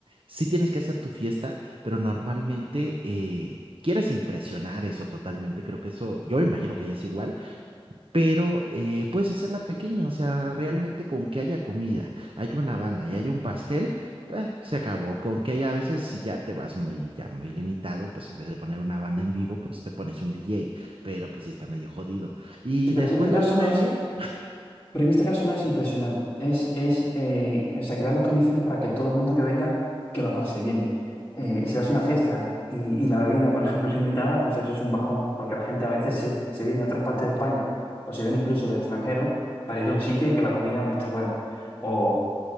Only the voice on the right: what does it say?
sí tienes que hacer tu fiesta, pero normalmente eh, quieres impresionar eso totalmente. Creo que eso, yo me imagino que ya es igual. pero eh, puedes hacerla pequeña, o sea, realmente con que haya comida, hay una banda y hay un pastel, eh, se acabó. Con que haya a veces si ya te vas muy, ya muy limitado, pues en vez de poner una banda en vivo, pues te pones un DJ, pero pues sí está medio jodido. Y
después
la luna
de
miel.